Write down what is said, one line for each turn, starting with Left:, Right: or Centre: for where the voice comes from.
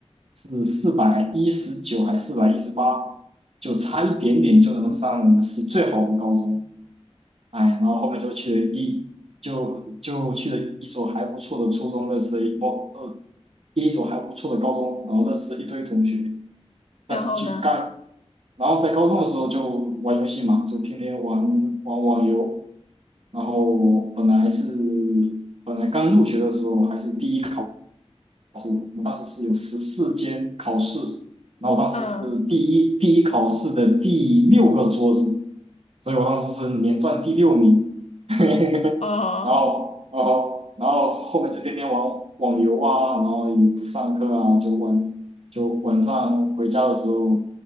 Right: 是四百一十九还四百一十八，就差一点点就能上我们市最好的高中。哎，然后后面就去了一就就去了一所还不错的初中，认识了一不呃一所还不错的高中，然后认识了一堆同学。
Left: 然后呢？
Right: 但是去干，然后在高中的时候就玩游戏嘛，就天天玩玩网游。然后本来是本来刚入学的时候还是第一。考。我们当时是有十四间考试，然后我当时是第一第一考试的第六个桌子，
Left: 嗯，
Right: 所以我当时是连段第六名，<laughs>
Left: 哦，
Right: 然后然后然后后面就天天玩网游啊，然后也不上课啊，就晚就晚上回家的时候，